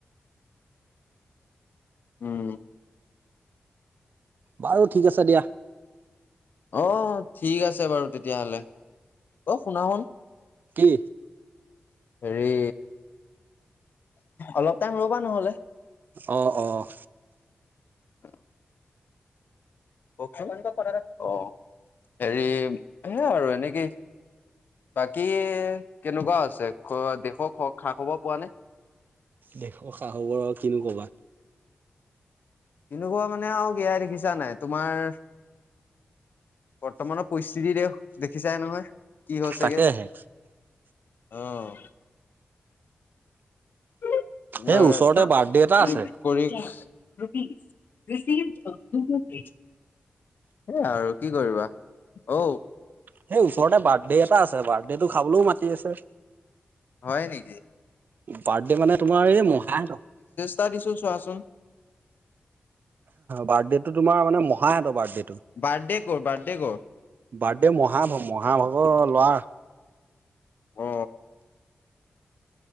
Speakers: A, on the left; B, on the right.
A: উম।
B: বাৰু ঠিক আছে দিয়া।
A: অ ঠিক আছে বাৰু তেতিয়াহ'লে অ শুনা চোন।
B: কি?
A: হেৰি অলপ টাইম ৰবা নহ'লে।
B: অঁ অঁ।
A: অ। কওঁকচোন অ হেৰি সে আৰু এনেকেই। বাকী কেনেকুৱা আছে দেশৰ খ খা খবৰ পোৱা নে।
B: দেশৰ খা খবৰ আৰু কিনো কবা।
A: এনেকুৱা মানে আৰু ইয়াই দেখিছা নাই তোমাৰ বৰ্তমানত। পৰিস্থিতি দে দেখিছাই নহয় কি হৈচেগে।
B: তাকেহে
A: অঁ। তোমাৰ
B: এই ওচৰতে বাৰ্থডে এটা আছে
A: পৰিকচ। Rupees received October page. এয়া আৰু কি কৰিবা অঔ।
B: সেই ওচৰতে বাৰ্থডে এটা আছে। বাৰ্থডেটো খাবলৈও মাতি আছে।
A: হয় নেকি।
B: বাৰ্থডে মানে তোমাৰ এই মহা হেতৰ।
A: তা দিছোঁ চোৱাচোন।
B: বাৰ্থডেতটো তোমাৰ মানে মহাহঁতৰ বাৰ্থডেটো।
A: বাৰ্থডে কৰ' বাৰ্থডে কৰ।
B: বাৰ্থডে মহা মহাভাগৰ লোৱাৰ।
A: অ